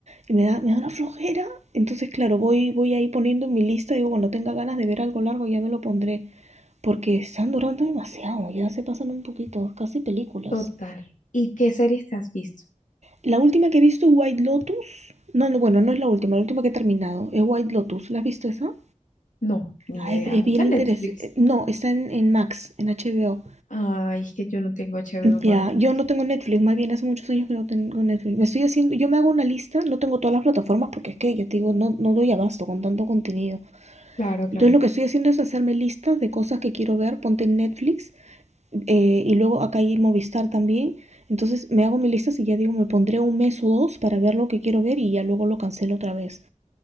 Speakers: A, on the right; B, on the left.
A: y me da, me da una flojera. Entonces, claro, voy, voy ahí poniendo en mi lista, digo, cuando tenga ganas de ver algo largo ya me lo pondré porque están durando demasiado, ya se pasan un poquito, casi películas.
B: Total. ¿Y qué series te has visto?
A: La última que he visto es White Lotus. No, no, bueno, no es la última, la última que he terminado es White Lotus. ¿La has visto esa?
B: No, ni
A: Ah,
B: idea.
A: es, es bien
B: Está en
A: interesante.
B: Netflix.
A: No, está en, en Max, en HBO.
B: Ay, es que yo no tengo HBO Max.
A: Ya, yo no tengo Netflix, más bien hace muchos años que no tengo Netflix. Me estoy haciendo, yo me hago una lista, no tengo todas las plataformas porque es que, ya te digo, no, no doy abasto con tanto contenido.
B: Claro,
A: Entonces
B: claro.
A: lo que estoy haciendo es hacerme listas de cosas que quiero ver, ponte en Netflix eh, y luego acá hay Movistar también. Entonces me hago mis listas y ya digo, me pondré un mes o dos para ver lo que quiero ver y ya luego lo cancelo otra vez.